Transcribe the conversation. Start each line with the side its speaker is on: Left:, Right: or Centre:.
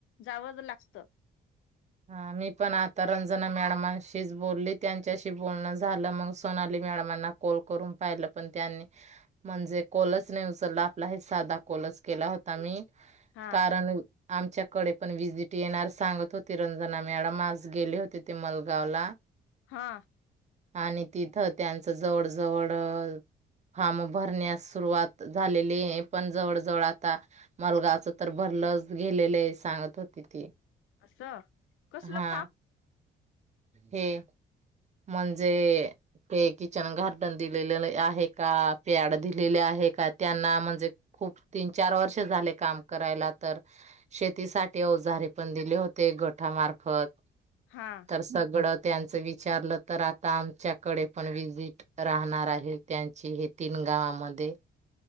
Left: जावज लागत.
Right: हा मी पण आता रंजना मॅडमशीच बोलली त्यांच्याशी बोलणं झालं मंग सोनाली. मॅडमांना कोल करून पाहील पण त्यांनी मंजे कोलच नाही उचलला आपला हाय सादा कोल. नच केला होता, मी
Left: हा
Right: कारण आमच्याकडे पण व्हिजिट येणार सांगत हो तिरंजना मॅडम आज गेले होते, ते मलगाव ला.
Left: हा.
Right: आणि तिथं त्यांचं जवड जवड. फाम भरण्यास सुरुवात झालेलीय पण जवळ जवळ आता मालगावच तर भ लस गेलेलेय सांगत होती ती.
Left: अस कसलं
Right: हा
Left: फाम.
Right: हे म्हणजे. ते किचन गार्डन दिलेले आहे, का पॅड दिलेले आहे, का त्यांना म्हणजे. खूप तीन चार वर्ष झाले काम करायला तर शेतीसाठी अवजारे पण दिले होते. गठामार्फत
Left: हा
Right: तर सगळं त्यांच वि विचारलं तर आता आमच्याकडे पण विजिट राहणार आहे, त्यांचे हे तीन गावाम आम्हाला. ते.